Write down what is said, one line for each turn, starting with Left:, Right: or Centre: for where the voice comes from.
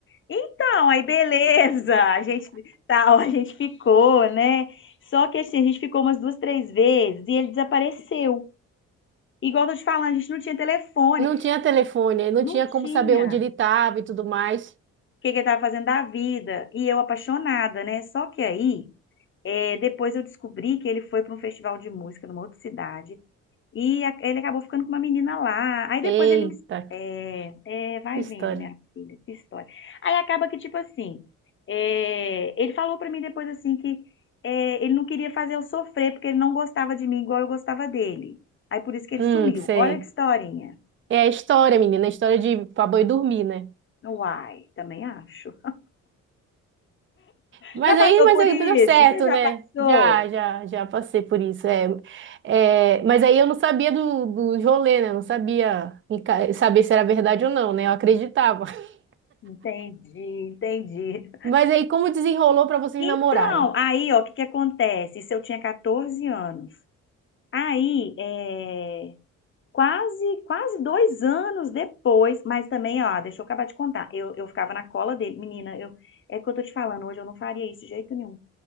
Left: Então, aí beleza, <laughs> a gente tal, a gente ficou, né? Só que assim, a gente ficou umas duas, três vezes e ele desapareceu. Igual eu tô te falando, a gente não tinha telefone.
Right: Não tinha telefone, não
Left: Não
Right: tinha
Left: tinha.
Right: como saber onde ele estava e tudo mais.
Left: que que ele estava fazendo da vida. E eu apaixonada, né? Só que aí, é, depois eu descobri que ele foi para um festival de música numa outra cidade. E a- ele acabou ficando com uma menina lá. Aí depois
Right: Eita,
Left: ele me. É, é, vai
Right: que história.
Left: vendo, minha filha, que história. Aí acaba que, tipo assim, é, ele falou pra mim depois assim que é, ele não queria fazer eu sofrer, porque ele não gostava de mim igual eu gostava dele. Aí por isso que ele
Right: Hum,
Left: sumiu.
Right: sei.
Left: Olha que historinha.
Right: É a história, menina, a história de pra boi dormir, né?
Left: Uai, também acho.
Right: Mas
Left: Já passou
Right: aí, mas
Left: por
Right: aí
Left: isso?
Right: deu certo,
Left: Você já
Right: né?
Left: passou?
Right: Já, já, já passei por isso. É, é, mas aí eu não sabia do, do rolê, né? Eu Não sabia em ca- saber se era verdade ou não, né? Eu acreditava. <laughs>
Left: Entendi, entendi.
Right: Mas aí, como desenrolou para vocês
Left: Então,
Right: namorarem?
Left: aí, ó, o que que acontece? Isso eu tinha 14 anos. Aí, é, quase, quase dois anos depois, mas também, ó, deixa eu acabar de contar. Eu, eu ficava na cola dele. Menina, eu, é o que eu tô te falando, hoje eu não faria isso de jeito nenhum.